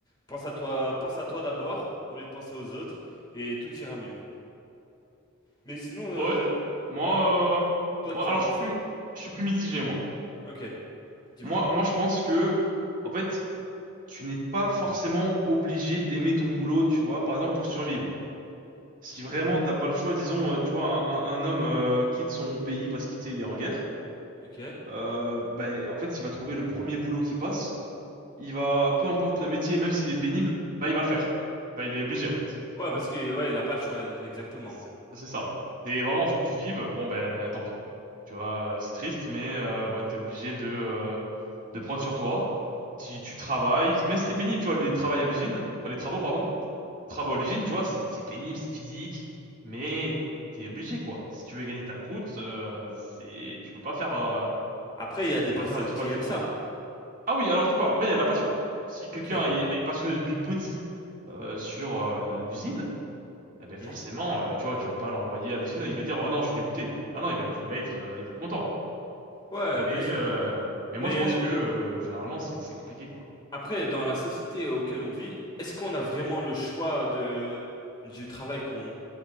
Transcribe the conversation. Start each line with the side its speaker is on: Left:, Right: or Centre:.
Left: pense à toi, pense à toi d'abord au lieu de penser aux autres et tout ira mieux. Mais sinon, euh,
Right: Ouais, moi, euh,
Left: toi,
Right: moi,
Left: tu y
Right: alors
Left: as pensé?
Right: je suis plus, je suis plus mitigé, moi.
Left: Ok, dis-moi.
Right: Moi, moi, je pense que, en fait, tu n'es pas forcément obligé d'aimer ton boulot, tu vois, par exemple, pour survivre. Si vraiment t'as pas le choix, disons, euh, tu vois, un, un- un homme euh, quitte son pays parce qu'il tu sais, il est en guerre,
Left: Ok. Ouais,
Right: euh, bah, en fait, il va trouver le premier boulot qui passe. Il va, peu importe le métier, même s'il est pénible, bah, il va le faire. Bah, il est obligé, en fait.
Left: parce que ouais, il a pas de choix, exactement.
Right: C'est c'est ça. Et vraiment, faut que tu vives. Bon, ben, tant pis. Tu vois, euh, c'est triste, mais euh, bah, t'es obligé de, euh, de prendre sur toi. Tu, tu travailles, même si c'est pénible, tu vois, les travaux à l'usine, enfin les travaux, pardon, travaux à l'usine, tu vois, c'est c'est pénible, c'est physique, mais t'es obligé, quoi. Si tu veux gagner ta croûte, euh, c'est, tu peux pas faire, euh,
Left: Après, il y
Right: tu
Left: a des
Right: peux
Left: personnes
Right: pas faire dix
Left: qui
Right: fois la
Left: aiment
Right: chose,
Left: ça.
Right: quoi. Ah oui, alors je dis pas, après, il y a la passion. Si quelqu'un
Left: Ok.
Right: est, est passionné depuis petit euh, sur euh, la- l'usine, eh ben
Left: Mhm.
Right: forcément, euh, tu vois, tu vas pas l'envoyer à l'usine, il va dire, oh non, je suis dégoûté. Ah non, il va être, il va être, euh, il va être content.
Left: Ouais,
Right: Mais,
Left: bien sûr.
Right: euh, mais
Left: Mais
Right: moi, je pense
Left: l-
Right: que euh, généralement, c'est, c'est compliqué, quoi.
Left: Après, dans la société euh, auquel on vit, est-ce qu'on a vraiment le choix de du travail qu'on